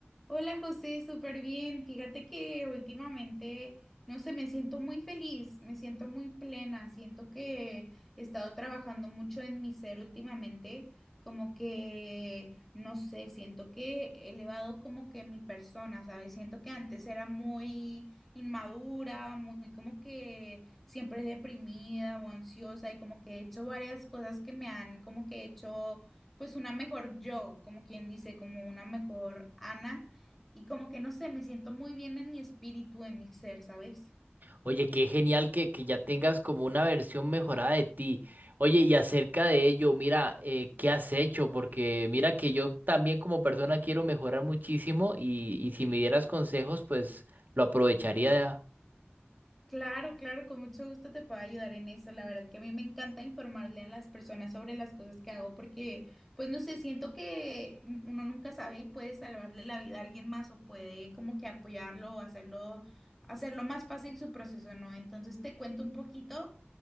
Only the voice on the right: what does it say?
Oye, qué genial que, que ya tengas como una versión mejorada de ti. Oye, y acerca de ello, mira, eh, ¿qué has hecho? Porque mira que yo también como persona quiero mejorar muchísimo y, y si me dieras consejos, pues lo aprovecharía